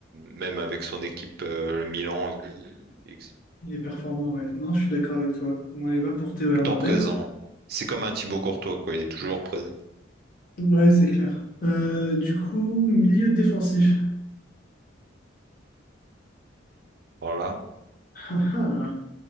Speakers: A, on the right (about 50°); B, on the left (about 45°).
A: même avec son équipe euh, le Milan il est, il est tout
B: Il est performant, ouais. Non, je suis d'accord avec toi. Moi, les va pour Théo Hernandez.
A: le temps présent. C'est comme un Thibaut Courtois quoi, il est toujours présent.
B: Ouais, c'est clair. Euh, du coup, milieu défensif. <laughs>
A: Voilà.
B: Ah, ah.